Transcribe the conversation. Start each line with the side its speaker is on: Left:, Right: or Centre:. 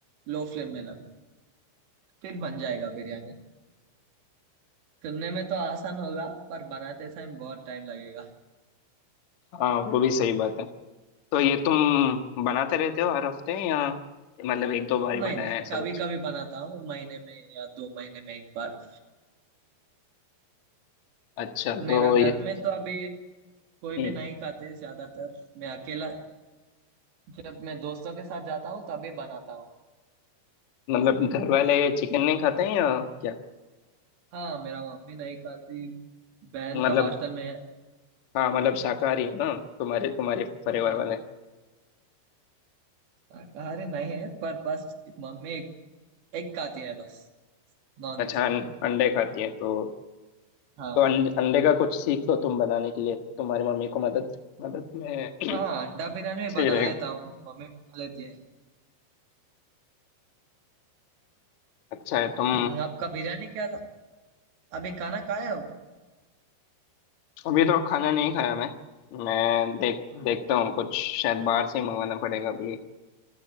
Right: लो फ्लेम में लग फिर बन जाएगा बिरयानी सुनने में तो आसान होगा पर बनाते समय बहुत टाइम लगेगा
Left: हाँ वो भी सही बात है तो ये तुम बनाते रहते हो हर हफ्ते या मतलब एक दो बार
Right: नहीं
Left: ही बनाया
Right: नहीं
Left: है ऐसा
Right: कभी
Left: कुछ
Right: कभी बनाता हूँ महीने में या दो महीने में एक बार
Left: अच्छा
Right: मेरा
Left: तो
Right: घर
Left: ये
Right: में तो अभी कोई
Left: हम्म,
Right: भी नहीं खाते ज्यादातर मैं अकेला जब मैं दोस्तों के साथ जाता हूँ तभी बनाता हूँ
Left: मतलब घर वाले चिकन नहीं खाते हैं या क्या
Right: हाँ मेरा मम्मी नहीं खाती बहन
Left: मतलब
Right: तो हॉस्टल में है
Left: हाँ मतलब शाकाहारी हो ना तुम्हारे तुम्हारे परिवार
Right: हाँ
Left: वाले
Right: शाकाहारी नहीं है पर बस मम्मी एक, एक खाती है बस नॉनवेज
Left: अच्छा अं- अंडे खाती है तो
Right: हाँ
Left: तो अंडे, अंडे का कुछ सीख लो तुम बनाने के लिए तुम्हारी मम्मी को मदद मदद में
Right: हाँ
Left: <clears throat>
Right: अंडा बिरयानी मैं बना
Left: सही रहे
Right: लेता हूँ मम्मी बना लेती है
Left: अच्छा है तुम
Right: हम्म, आपका बिरयानी क्या ल- अभी खाना खाए हो क्या
Left: अभी तो खाना नहीं खाया मैं मैं देख देखता हूँ कुछ शायद बाहर से ही मंगाना पड़ेगा अभी